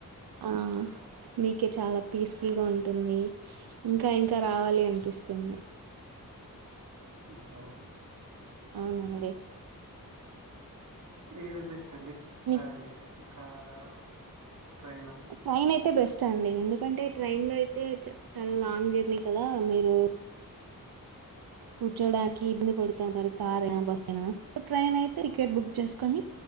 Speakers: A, on the right (about 90°); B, on the right (about 55°).
A: ఆ మీకే చాలా పీస్ఫుల్గా ఉంటుంది ఇంకా ఇంకా రావాలి అనిపిస్తుం మి
B: ఓహో
A: అవునండి
B: ఏది బెస్ట్ అండి ట్రావెల్
A: మీ
B: చేసేకి కారా ట్రైనా
A: ట్రైన్ అయితే బెస్ట్ అండి ఎందుకంటే ట్రైన్ లో అయితే చా చాలా లాంగ్ జర్నీ కదా మీరు కూర్చోడానికి ఇబ్బంది పడుతంటారు కార్ ఏనా బస్సు ఏ ట్రైన్ అయితే టికెట్ బుక్ చేసుకొని